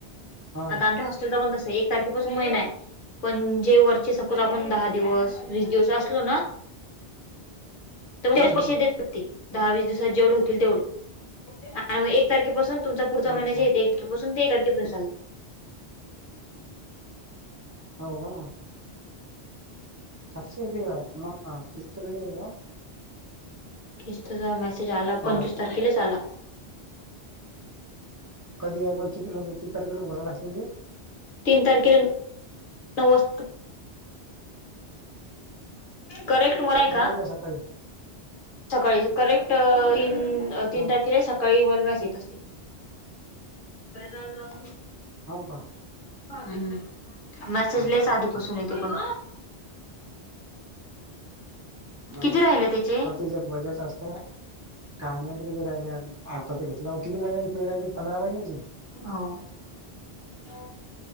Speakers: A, on the right; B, on the left.
A: हा
B: आता आमच्या हॉस्प <unintelligible> एक तारखेपासून महिना आहे. पण.. जे वरचे सपोज आपण दहा दिवस, वीस दिवस असलो ना तेवढेच
A: हा
B: पैसे
A: हा
B: देत होती दहा- वीस दिवसात जेवढे होतील तेवढे.. आणि मग एक तारखेपासून तुमच पुढचा
A: अच्छा
B: महिना जे एक तारखेपासून ते एकारखे चालतंय.
A: हाव.. रो.. <unintelligible>
B: किस्तचा मेसेज आला
A: हॅलो
B: पण तीस तारखेलाच आला.
A: कधी आहे पण कि.. किती तारखेला उभाराव लागते हे
B: तीन तारखेला <inaudible> नऊ वाजता करेक्ट मोड आहे का?
A: उद्या सकाळी
B: सकाळी.. करेक्ट ती.. न.. अ.. तीन
A: हा
B: तारखेला सकाळी <inaudible> येत असते लय जाड -जाड धूत
A: ह.. व.. का?
B: हम्म.. मेसेजलईच
A: हा, बरं
B: आधीपासून
A: ठीक आहे
B: येते पण
A: जाऊ
B: किती
A: दे..
B: राहिले त्याचे?
A: आता तिज्यात मजाच असते. काय माहित किती राहिली अजून.. आता तर घेतलाव किती महिन्या फी राहिली पंधरा महिन्याची
B: हा.. व..